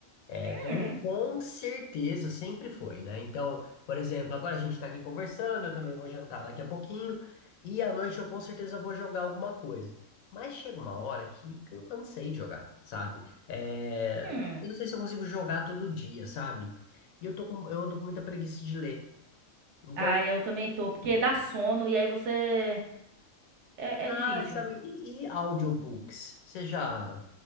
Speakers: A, on the left; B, on the right.
A: É,
B: Hum,
A: com, com certeza sempre foi, né? Então, por exemplo, agora a gente tá aqui conversando, eu também vou jantar daqui a pouquinho, e à noite eu com certeza vou jogar alguma coisa. Mas chega uma hora que eu cansei de jogar, sabe? É,
B: hum.
A: eu não sei se eu consigo jogar todo dia, sabe? E eu tô com, eu ando com muita preguiça de ler. Então,
B: Ah, eu também tô, porque dá sono e aí você. É, é
A: Ah,
B: difícil.
A: sabe, e, e audiobooks? Você já